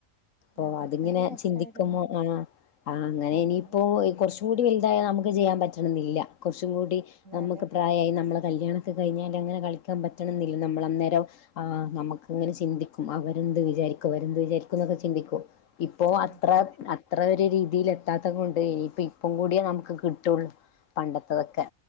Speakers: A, on the left; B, on the right.
A: ഓ
B: അതൊക്കെ
A: അത്ങ്ങനെ
B: ഒരു രസായിരുന്നു
A: ചിന്തിക്കുമ്പോ ആഹാ ആ അങ്ങനെ
B: അതെ
A: ഇനിയിപ്പോ ഒ <unintelligible> കൊറച്ചൂ കൂടി വലുതായ നമക്ക് ചെയ്യാൻ പറ്റണന്നില്ല കുറച്ചും കൂടി നമക്ക്
B: അതെ
A: പ്രായായി നമ്മളെ <unintelligible> കല്യാണൊക്കെ കഴിഞ്ഞാൽ അങ്ങനെ കളിക്കാൻ പറ്റണന്നില്ല നമ്മൾ അന്നേരം ആ നമുക്കങ്ങനെ ചിന്തിക്കും അവർ എന്ത് വിചാരിക്കും അവരെന്ത് വിചാരിക്കും എന്നൊക്കെ ചിന്തിക്കും ഇപ്പോ അത്ര
B: അതെ അതെ അതെ
A: അത്ര ഒരു രീതി രീതിൽ എത്താത്ത കൊണ്ട് ഇനിയിപ്പോ ഇപ്പം കൂടിയേ നമക്ക് കിട്ടൊള്ളൂ പണ്ടത്തതൊക്കെ